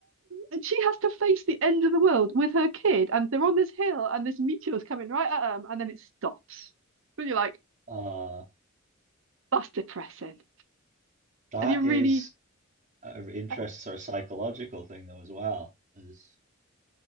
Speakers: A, on the right (about 65°); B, on the right (about 35°).
A: And she has to face the end of the world with her kid, and they're on this hill, and this meteor's coming right at them, and then it stops. And you're like,
B: Uh,
A: that's depressing.
B: that
A: And you're
B: is
A: really,
B: an interesting
A: uh,
B: sort of psychological thing though as well as